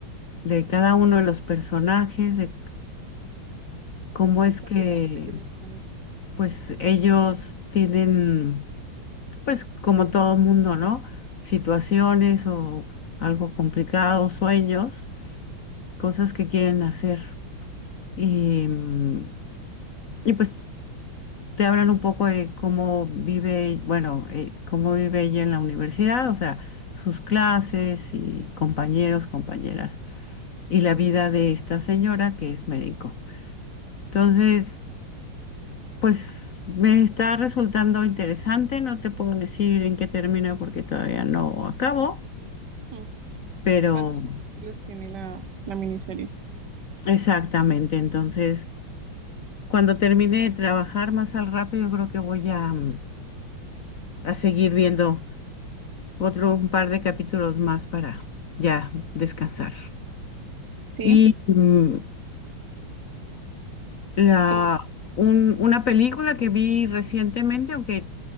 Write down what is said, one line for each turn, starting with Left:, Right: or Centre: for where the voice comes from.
Left: de cada uno de los personajes, de cómo es
Right: ¿Y cuántos
Left: que
Right: capítulos tiene?
Left: pues ellos tienen, pues como todo mundo, ¿no? Situaciones o algo complicado, sueños, cosas que quieren hacer. Y, mm, y pues te hablan un poco de cómo vive, bueno, eh, cómo vive ella en la universidad, o sea, sus clases y compañeros, compañeras, y la vida de esta señora que es médico. Entonces, pues me está resultando interesante, no te puedo decir en qué termina porque todavía no acabo,
Right: Mm,
Left: pero
Right: ¿Cuántos capítulos tiene la, la miniserie?
Left: exactamente, entonces, cuando termine de trabajar más al rato, yo creo que voy a, mm, a seguir viendo. otro un par de capítulos más para ya descansar.
Right: Sí,
Left: Y mm, la,
Right: tú-
Left: un- una película que vi recientemente, aunque